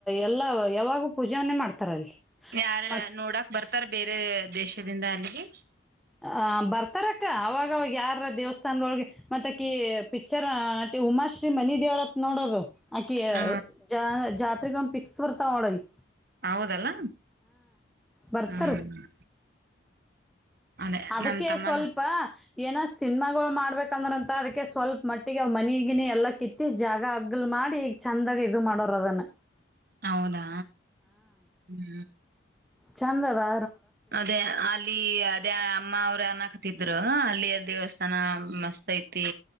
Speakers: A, in the centre; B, on the right.
A: ಎಲ್ಲ ಯಾವಾಗು ಪೂಜನ ಮಾಡ್ತಾರ ಅಲ್ಲಿ.
B: ಯಾರರ
A: ಮತ್
B: ನೋಡಕ್ ಬರ್ತಾರ ಬೇರೆ ದೇಶದಿಂದ ಅಲ್ಲಿಗೆ
A: ಅ ಬರ್ತಾರಕ್ಕ ಅವಾಗವಾಗ ಯಾರ ದೇವಸ್ಥಾನದೊಳಗ ಮತ್ತ ಅಕಿ ಪಿಕ್ಚರ್ ನಟಿ. ಉಮಾ ಶ್ರೀ ಮನಿ ದೇವ್ರತ್ ನೋಡದು ಅಕಿ
B: ಹ
A: ಜಾ ಜಾತ್ರಿಗಿ ಒಮ್ಮಿ ಪಿಕ್ಸ್ ಬರ್ತಾಳ ನೋಡ ಅಲ್ಲಿ.
B: ಹೌದಲ್ಲ
A: ಬರ್ತಾರ
B: ಹ್ಮ್. ಅದೇ
A: ಅದಕ್ಕೆ
B: ನಮ್ ತಮ್ಮನ
A: ಸ್ವಲ್ಪ ಏನ ಸಿನ್ಮಾಗೋಳ ಮಾಡ್ಬೇಕ. ಯಾಕಂದ್ರ ಅಂತ ಅದಕ್ಕೆ ಸ್ವಲ್ಪ ಮಟ್ಟಿಗೆ ಅವ ಮನಿಗಿನೇ ಎಲ್ಲ ಕಿತ್ತಿ ಜಾಗ ಅಗ್ಗಲ್ ಮಾಡಿ ಈ ಚಂದಾಗ ಇದು ಮಾಡೋರ ಪ್ರದನ್
B: ಹೌದಾ ಹ್ಮ.
A: ಚಂದ ಅದಾ
B: ಅದೇ ಅಲ್ಲಿ ಅದೇ ಅಮ್ಮ ಅವ್ರ ಅನಕತಿದ್ರ ಅಲ್ಲಿ ದೇವಸ್ಥಾನ ಮಸ್ತ್ ಐತಿ